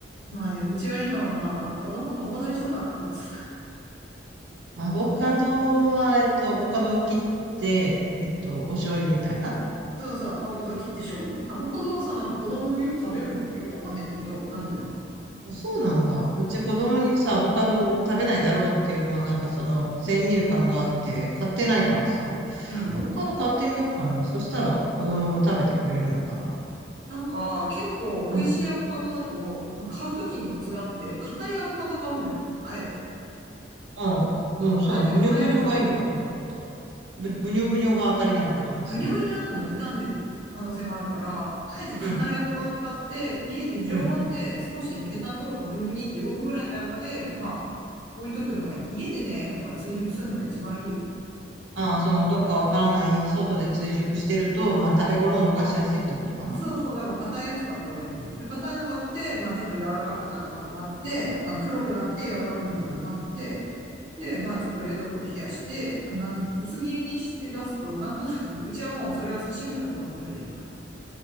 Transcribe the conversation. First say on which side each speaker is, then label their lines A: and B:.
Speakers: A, on the right (about 50°); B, on the right (about 80°).
A: まあね、うちは今はまあアボカドアボカドにしようかなと思ってた。
B: アボカドは、えっと、アボカドを切って、えっと、お醤油みたいな。
A: <laughs> そうそう。アボカド切って醤油。アボカドはさ、なんか子供もよく食べるのはよくわかんないんだけど、なんでだか。
B: あそうなんだ。うち子供にさ、アボカドを食べないだろうっていう、もうなんかその先入観があって、買ってないからさ、
A: うん。
B: アボカド買ってみようかな。そしたら子供も食べてくれるのかな。
A: なんか結構美味しいアボカドだと、
B: うん
A: まあ、買うときにコツがあって、硬いアボカド買うんだよ。あえて。
B: うん。うん、
A: あえて硬いアボカド。
B: そうなの。ぶにょぶにょがいいのかと思った。
A: ん
B: ぶ、ぶにょぶにょが当たりなのかと思ってたけど。
A: ブニョブニョなんとも傷んでる可能性もあるから、あえて硬いアボカドを買って、
B: うん、
A: 家で常温で少しヘタのところがブニブニって動くぐらいになるまで、
B: うん。
A: まあ、置いとくのがいい。家でね、やっぱ追熟するのが一番いいよ。
B: ああ、その、どっかわからない、外で追熟してると、まあ、食べ頃を逃しやすいってことかな。
A: そうそう、だから硬いやつ買った方がいいと思う。で、硬いの買って、まあちょっと柔らかくなるまで待って、
B: う
A: まあ黒くなって柔らかくなるまで待って、で、まあちょっと冷蔵庫で冷やして、あの、なんつうの、薄切りにして出すと、なんとなくね、うちはもうそれを刺身だと思って食べてるか